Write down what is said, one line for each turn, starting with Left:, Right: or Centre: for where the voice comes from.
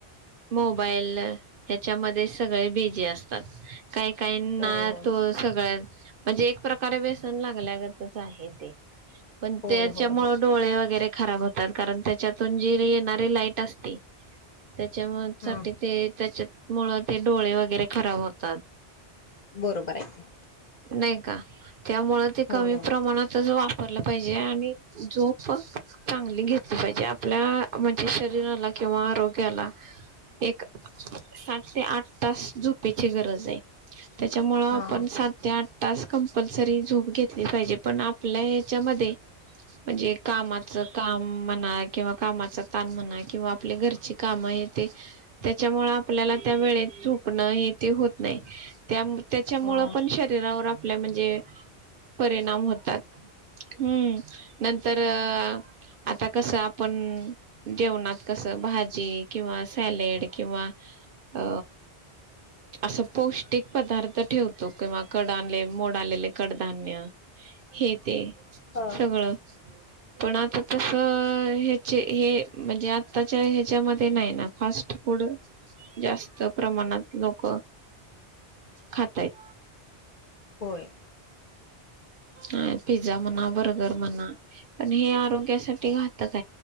Right: मोबाईल ह्याच्यामध्ये सगळे बिझी असतात काही काही ना
Left: होय होय
Right: तो सगळं म्हणजे एक प्रकारे व्यसन लागल्यागतच आहे ते पण
Left: होय
Right: त्याच्यामुळ
Left: होय होय
Right: डोळे वगैरे खराब होतात कारण त्याच्यातून जी ते येणारी लाईट असते. त्याच्या म
Left: हां
Right: साठी ते त्याच्या मुळ ते डोळे वगैरे खराब होतात
Left: बरोबर आहे.
Right: नाही का त्यामुळे ते
Left: होय
Right: कमी प्रमाणात त वापरलं पाहिजे आणि झोप चांगली घेतली पाहिजे आपल्या म्हणजे शरीराला किंवा आरोग्याला एक सात ते आठ तास झोपेची गरज आहे. त्याच्यामुळं आपण
Left: हां
Right: सात ते आठ तास कंपलसरी झोप घेतली पाहिजे पण आपल्या ह्याच्या मध्ये म्हणजे कामाच काम म्हणा किंवा कामाच. काम म्हणा किंवा आपली घरची काम ते त्याच्यामुळे आपल्याला त्यावेळेत झोप न ये ते होत नाही त्यामुळे त्याच्यामूळ
Left: हो
Right: पण शरीरावर आपल्या म्हणजे परिणाम होतात हम्म. नंतर अ आता कसं आपण जेवणात कसं भाजी किंवा सॅलेड किंवा अ असं पौष्टिक पदार्थ ठेवतो किंवा कड आले मोड आलेले कडधान्य हे ते.
Left: हा
Right: सगळं पण आता तस ह्याचे हे म्हणजे आत्ताच्या ह्याच्यामध्ये नाही ना फास्ट फूड जास्त प्रमाणात लोक खातायत
Left: होय
Right: अ पिझ्झा म्हणा बर्गर म्हणा पण हे आरोग्यासाठी घातक.